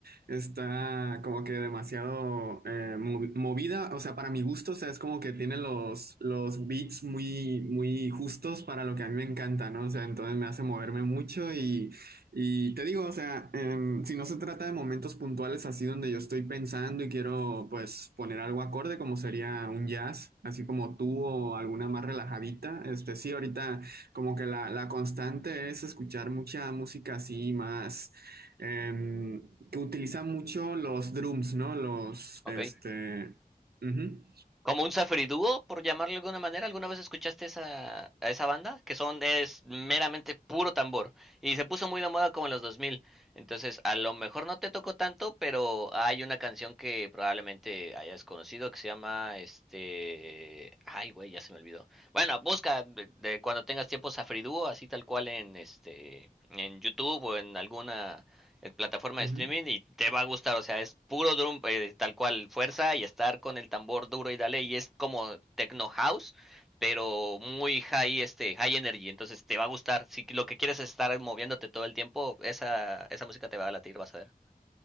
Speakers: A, on the right; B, in the centre.
A: está como que demasiado eh, movi- movida, o sea, para mi gusto, o sea, es como que tiene los, los beats muy, muy justos para lo que a mí me encanta, ¿no? O sea, entonces me hace moverme mucho y, y te digo, o sea, em, si no se trata de momentos puntuales así donde yo estoy pensando y quiero pues poner algo acorde como sería un jazz, así como tú o alguna más relajadita, este sí, ahorita... Como que la, la constante es escuchar mucha música así más em, que utiliza mucho los drums, ¿no? Los,
B: Ok.
A: este, ujú,
B: Como un Safri Duo, por llamarlo de alguna manera. ¿Alguna vez escuchaste esa, a esa banda? Que son, es meramente puro tambor. Y se puso muy de moda como en los 2000. Entonces, a lo mejor no te tocó tanto, pero hay una canción que probablemente hayas conocido que se llama, este... Ay, güey, ya se me olvidó. Bueno, busca de, de cuando tengas tiempo Safri Duo, así tal cual en, este, en YouTube o en alguna en plataforma
A: ujú.
B: de streaming y te va a gustar. O sea, es puro drum, eh, tal cual, fuerza y estar con el tambor duro y dale. Y es como techno house, pero muy high, este, high energy. Entonces te va a gustar. Si lo que quieres es estar moviéndote todo el tiempo, esa, esa música te va a latir, vas a ver.